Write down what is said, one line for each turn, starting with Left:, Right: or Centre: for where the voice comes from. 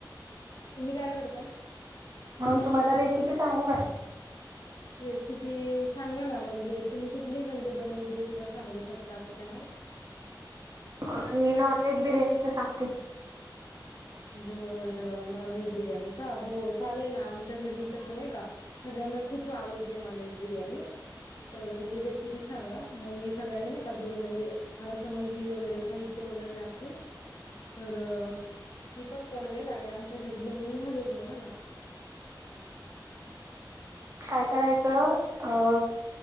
Left: तुम्ही काय करताय?
Right: मंग तुम्हाला रेसिपी सांगू काय?
Left: रेसिपी सांगा ना म्हणजे तुम्ही कुठली म्हणजे बनवली किंवा सांगू शकता असं काय आहे?
Right: आणि नॉन व्हेज बिर्याणीचा सांगते.
Left: बरं नॉन व्हेज बिर्याणी का हो चालेल ना आमच्या घरी तसं नाही का सगळ्यांना खूप वावडते नॉन-व्हेज बिर्याणी. तर तुम्ही रेसिपी सांगा मंग मी सगळ्यांनी नाही का घर म्हणजे मला समजली वगैरे साहित्य वगैरे असेल तर मी पण बनवेल आणि आमच्या घरी बनवून घालेल मग हा ना.
Right: काय करायचं अ.